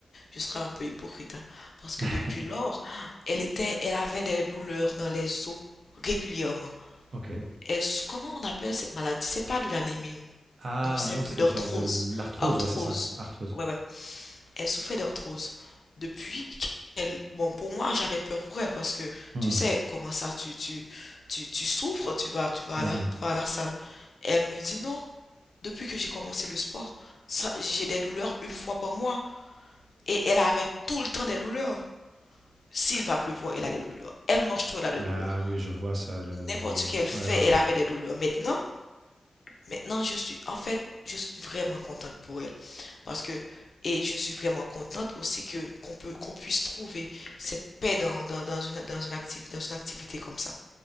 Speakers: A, on the left (about 60°); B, on the right (about 70°).
A: je serais un peu hypocrite, hein. Parce que
B: <laughs>
A: depuis lors, elle était, elle avait des douleurs dans les os régulièrement.
B: Ok.
A: Est-ce, comment on appelle cette maladie? C'est pas de l'anémie,
B: Ah
A: non, c'est
B: non,
A: un peu
B: c'est
A: d'arthrose.
B: genre de l'arthrose,
A: Arthrose.
B: ouais, c'est ça, arthrose.
A: Ouais, ouais elle souffrait d'arthrose. Depuis qu'elle, bon, pour moi, j'avais peur pour elle parce que
B: Hmm,
A: tu sais comment ça, tu tu tu, tu souffres, tu vas tu vas
B: mhm.
A: à la, tu vas à la salle. Et elle me dit non. Depuis que j'ai commencé le sport, ça- j'ai des douleurs une fois par mois et elle avait tout le temps des douleurs. S'il va pleuvoir, elle a des douleurs. Elle mange tout, elle a des
B: Ah
A: douleurs.
B: oui, je vois ça, le, le-
A: N'importe
B: les...
A: ce qu'elle fait,
B: Ouais, ouais, ouais.
A: elle avait des douleurs. Maintenant, Maintenant, je suis, en fait, je suis vraiment contente pour elle. Parce que, et je suis vraiment contente aussi que qu'on peut, qu'on puisse trouver cette paix dans, dans, dans une, dans une activité, dans une activité comme ça.